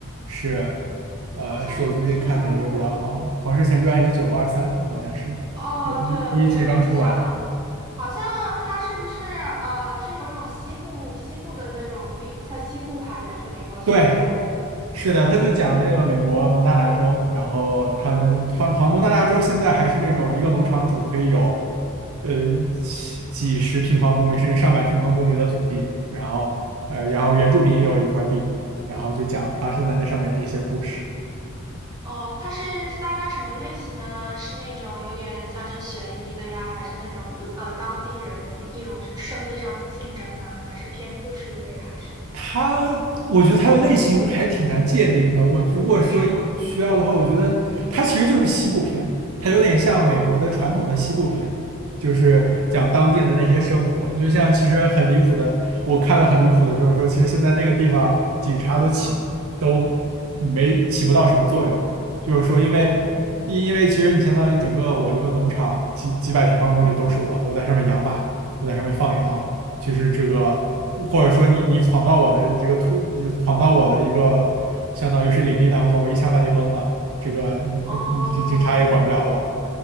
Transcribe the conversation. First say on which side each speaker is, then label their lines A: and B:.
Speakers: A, on the right (about 85°); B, on the right (about 20°).
A: 是呃是我最近看的一个比较好，
B: 好像听说过。
A: 《黄石前传一九二三》好像是。
B: 哦，
A: 呃，第一第一季刚出完，
B: 对，我有印象。好像它是不是呃是有一种西部西部的那种地，在西部拍的，就美国西部拍的。
A: 对，是的，他就讲那个美国蒙大拿州，然后他的他好像蒙大拿州现在还是那种一个农场主可以有，呃，几几十平方公里甚至上百平方公里的土地，然后呃，
B: 哦。
A: 然后原住民也有一块地，然后就讲发生在那上面的一些故事。
B: 哦，它是大概什么类型的呢？是那种有点像是悬疑的呀，还是那种呃当地人的那一种生意上的竞争啊，还是偏故事类的，还是
A: 它，我觉得它的类型还挺难界定的。我如果说一需要的话，
B: 是吗？
A: 我觉得它其实就是西部片，它有点像美国的传统的西部片，
B: 哦
A: 就是讲当地的那些生活。
B: 哦哦
A: 就像其实很离谱的，我看了很离谱的，
B: 嗯
A: 就是说，其实现在那个地方警察都起都没起不到什么作用，
B: 嗯
A: 就是说，因为因因为其实你相当于整个我一个农场几几百平方公里都是我的，
B: 哦，嗯，
A: 我在上面养马，我在上面放羊。就是这个，或者说你你闯到我的这个突，闯到我的一个相当于是领地当中，我一下把你崩了，这个你警警察也管不了我。
B: 哦